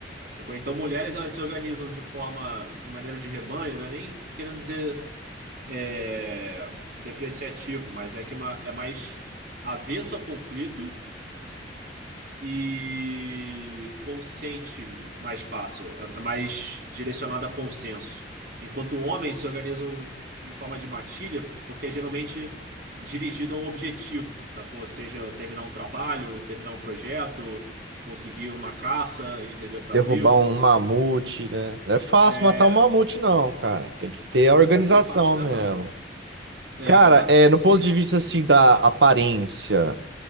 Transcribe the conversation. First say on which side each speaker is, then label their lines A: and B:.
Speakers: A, on the right; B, on the right.
A: sacou? Então, mulheres elas se organizam de forma, de maneira de rebanho, não é nem querendo dizer é, depreciativo, mas é que é uma, é mais avesso a conflito e consente mais fácil, é é mais direcionado a consenso. Enquanto homens se organizam em forma de matilha, porque é geralmente dirigido a um objetivo, sacou? Seja terminar um trabalho, terminar um projeto, conseguir uma caça, entendeu? Para
B: derrubar
A: a tribo.
B: um mamute, né? Não é fácil
A: É,
B: matar um mamute, não, cara. Tem que ter a
A: não
B: organização
A: deve ser fácil mesmo,
B: mesmo.
A: não. É,
B: Cara, é, no ponto
A: ente-
B: de vista assim da aparência,